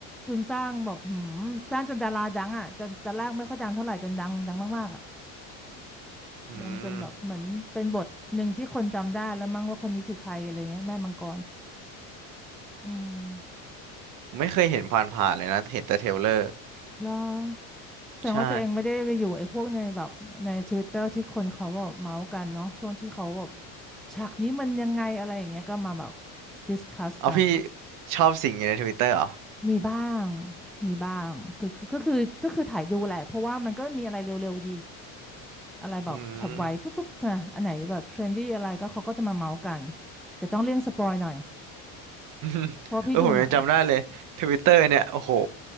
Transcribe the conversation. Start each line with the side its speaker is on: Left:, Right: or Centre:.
Centre: คุณสร้างแบบหืมสร้างจนดาราดังอ่ะจนตอนแรกไม่ค่อยดังเท่าไหร่จนดังดังมากๆอ่ะ
Right: อืม
Centre: ดังจนแบบเหมือนเป็นบทหนึ่งที่คนจำได้แล้วมั้งว่าคนนี้คือใครอะไรเงี้ยแม่มังกรอืม
Right: ไม่เคยเห็นผ่านๆเลยนะ เห็นแต่เทรลเลอร์
Centre: แล้วแสดงว่าตัวเองไม่ได้ไปอยู่ไอ้พวกในแบบในทวิตเตอร์ที่คนเขาแบบเมาส์กันเนาะช่วงที่เขาแบบ
Right: ใช่
Centre: ฉากนี้มันยังไงอะไรอย่างเงี้ยก็มาแบบดิสคัสกัน
Right: เอาพี่ชอบสิ่งอยู่ในทวิตเตอร์เหรอ
Centre: มีบ้างมีบ้างคือคือก็คือก็คือถ่ายดูแหละเพราะว่ามันก็มีอะไรเร็วๆดีอะไรแบบฉับไวฟึบฟึบนะอันไหนแบบเทรนดี้อะไรก็เขาก็จะมาเมาส์กัน
Right: อืม
Centre: แต่ต้องเลี่ยงสปอยหน่อย
Right: <laughs> อืม
Centre: เพราะว่าพี่ดูหนัง
Right: เออผมยังจำได้เลยทวิตเตอร์เนี่ยโอ้โห